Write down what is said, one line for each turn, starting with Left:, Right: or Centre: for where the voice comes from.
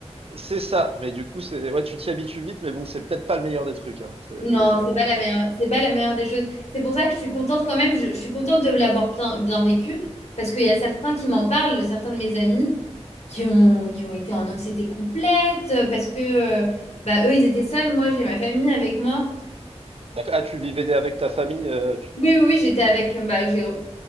Right: c'est ça, mais du coup, c'est ouais, tu t'y habitues vite, mais bon, c'est peut-être pas le meilleur des trucs, hein. C'est
Left: Non,
Right: c'est vraiment
Left: c'est pas
Right: pas.
Left: la meilleure,
Right: hein.
Left: c'est pas la meilleure des choses. C'est pour ça que je suis contente quand même, je, je suis contente de l'avoir bien, bien vécu, parce qu'il y a certains qui m'en parlent, certains de mes amis qui ont, qui ont été en anxiété complète, euh, parce que euh, bah, eux, ils étaient seuls, moi, j'ai ma famille avec moi.
Right: D'accord. Ah, tu vivais avec ta famille, euh, tu-
Left: Oui, oui, oui, j'étais avec, bah, j'ai,